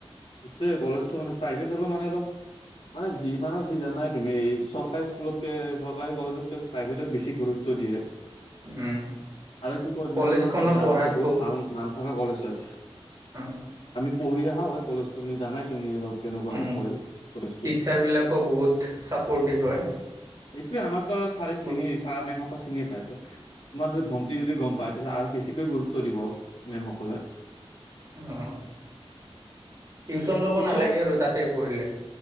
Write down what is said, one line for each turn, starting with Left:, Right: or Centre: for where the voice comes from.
Left: এইটো কলেজটো মানে প্ৰাইভেট হলে মানে অলপ মানে যি মানৰ যি জানাই তুমি চৰকাৰী স্কুলতকে চৰকাৰী কলেজতকে প্ৰাইভেটত বেছি গুৰুত্ব দিয়ে।
Right: উম
Left: আৰু এইটো ক
Right: কলেজ
Left: বিদ ব়ত
Right: খনো
Left: নাম
Right: পঢ়াত
Left: আছে বহুত ভাল নাম থকা কলেজ হয়।
Right: অ'।
Left: আম পঢ় অহা হয় কলেজ। তুমি জানাই তুমি অলপ কেনেকুৱা
Right: উম
Left: কৰি কলেজটো।
Right: টিচাৰ বিলাকো বহুত চাপৰ্টিভ হয়
Left: সেইটোৱে আমাকতো আৰু ছাৰে চিনি
Right: অ
Left: ছাৰ মেমকো চিনি পায়, সটো তোমাৰ যদি ভণ্টি যদি গ'ম পায়। তাৰপছত আৰু বেছিকৈ গুৰুত্ব দিব মেমসকলে।
Right: আহ' টিউশচন ল'ব
Left: ঠিকে
Right: নালাগে আৰু তাতে পঢ়িলে